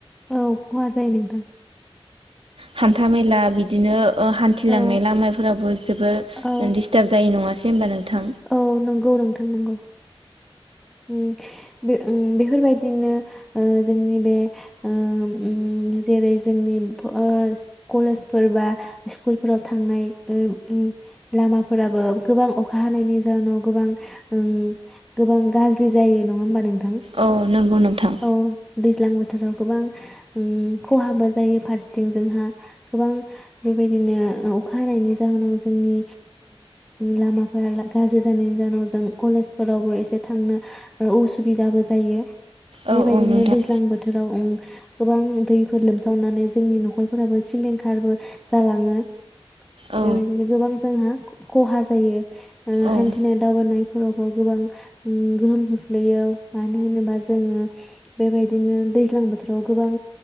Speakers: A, in the centre; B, on the right.
A: औ खहा जायो नोंथां
B: हान्था मेला बिदिनो ओ हान्थिलांनाय
A: औ
B: लामाफोरावबो जोबोद
A: औ
B: दिडिस्टार्ब जायो नङासै <unintelligible>
A: औ नंगौ नोंथां नंगौ उम बे उम बेफोरबायदिनो ओ जोंनि बे ओ उम जेरै जोंनि ओ कलेजफोर बा स्कुलफोराव थांनाय ओ ओ लामाफोराबो गोबां अखा हानायनि जाउनाव गोबां उम गोबां गाज्रि जायो नङा होमबा नोंथां
B: औ नंगौ नोंथां
A: औ दैज्लां बोथोर फोथोराव गोबां उम खहाबो जायो फारसेथिं जोंहा गोबां बेबायदिनो ओ अखा हानायनि जाहोनाव जोंनि लामाफोरा गाज्रि जानायनि जाहोनाव जों कलेजफोरावबो एसे थांनो ओ उसुबिदाबो जायो
B: औ
A: बेबायदिनो
B: औ नोंथां
A: दैज्लां बोथोराव गोबां दैफोर लोमसावनानै जोंनि न'खरफोराबो सिलिंखारबो जालाङो
B: औ
A: बेबायदिनो गोबां जोंहा खहा जायो ओ
B: औ
A: हान्थिनाय दावबायनायफोरावबो गोबां उम गोहोम खोख्लैयो मानो होनोबा जोङो बेबायदिनो दैज्लां बोथोराव गोबां